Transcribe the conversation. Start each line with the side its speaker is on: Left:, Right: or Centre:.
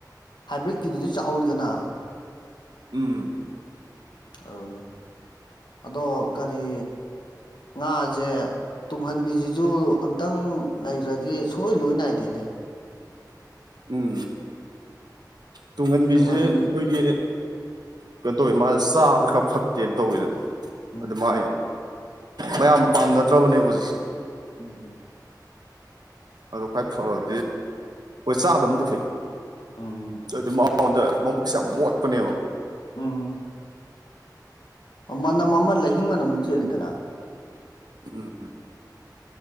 Left: ꯍꯥꯏꯕ꯭ꯔꯤꯠꯀꯤꯗꯨꯗꯤ ꯆꯥꯎꯏꯗꯅ
Right: ꯎꯝ
Left: ꯑꯗꯨꯅꯦ ꯑꯗꯣ ꯀꯔꯤ ꯉꯥꯌꯦ ꯇꯨꯡꯍꯟꯕꯤꯖꯤꯁꯖꯨ ꯑꯝꯇꯪ ꯂꯩꯒ꯭ꯔꯗꯤ ꯁꯨꯡꯂꯣꯏ ꯂꯣꯏ ꯅꯥꯏꯗꯦꯅꯦ
Right: ꯎꯝ ꯇꯨꯡꯍꯟꯕꯤꯖ
Left: ꯇꯨꯡꯍꯟꯕꯤ
Right: ꯑꯩꯈꯣꯏꯒꯤ ꯀꯩꯅꯣ ꯇꯧꯋꯦ ꯃꯥꯖꯦ ꯆꯥꯕꯗ ꯈꯔ ꯐꯠꯇꯦꯅ ꯇꯧꯋꯤꯗꯅ
Left: ꯎꯝ
Right: ꯑꯗꯨ ꯃꯥꯏ ꯃꯌꯥꯝ ꯄꯥꯝꯅꯗ꯭ꯔꯕꯅꯦꯕ ꯍꯧꯖꯤꯛꯁꯦ
Left: ꯎꯝ ꯎꯝ
Right: ꯑꯗꯣ ꯈ꯭ꯋꯥꯏ ꯐꯕꯗꯤ ꯍꯣꯏ ꯆꯥꯗꯕꯅꯗꯤ ꯐꯩ
Left: ꯎꯝ
Right: ꯑꯗꯨ ꯃꯖꯦ ꯃꯕꯨꯛꯁꯦ ꯌꯥꯝ ꯃꯣꯠꯄꯅꯦꯕ
Left: ꯎꯝ ꯃꯅꯝ ꯑꯃ ꯂꯩꯍꯤꯡ ꯃꯅꯝꯗ ꯆꯦꯜꯂꯤꯗꯅ
Right: ꯎꯝ